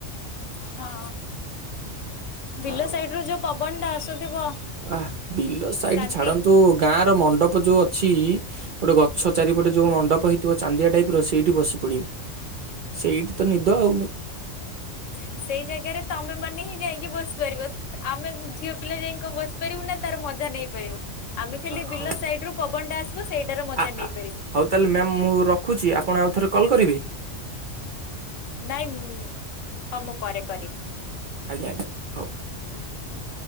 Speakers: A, on the left; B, on the right.
A: ହଁ ବିଲ
B: ଆଉ
A: ସାଇଡ଼ରୁ ଯୋଉ ପବନଟା ଆସୁଥିବ
B: ଆଃ ବିଲ ସାଇଟ୍
A: ଶାନ୍ତି।
B: ଛାଡନ୍ତୁ ଗାଁର ମଣ୍ଡପ ଯୋଉ ଅଛି ଗୋଟେ ଗଛ ଚାରିପଟେ ଯୋଉ ମଣ୍ଡପ ହେଇଥିବ ଚାନ୍ଦିଆ ଟାଇପର ସେଇଠି ବସି ପଡିବେ ସେଇଠି ତ ନିଦ ଆଉ।
A: <inaudible> ସେଇ ଜାଗାରେ ତମେ ମାନେ ହିଁ ଯାଇଁକି ବସିପାରିବ, ଆମେ ଝିଅ ପିଲା ଯାଇଁ କଣ ବସି ପାରିବୁ ନା ତାର ମଜା ନେଇପାରିବୁ, ଆମେ ଖାଲି
B: ଆ
A: ବିଲ
B: ହଉ
A: ସାଇଡ଼ରୁ ପବନଟା ଆସିବ ସେଇଟାର ମଜା
B: ଆ
A: ନେଇପାରିବୁ।
B: ଆ ହଉ ତାହାଲେ ମ୍ୟାମ୍ ମୁ ରଖୁଚି ଆପଣ ଆଉଥରେ କଲ୍ କରିବେ।
A: ନାଇଁ, ହଁ ମୁଁ ପରେ କରିବି।
B: ଆଜ୍ଞା। ହଉ।
A: ହୁଁ ହୁଁ।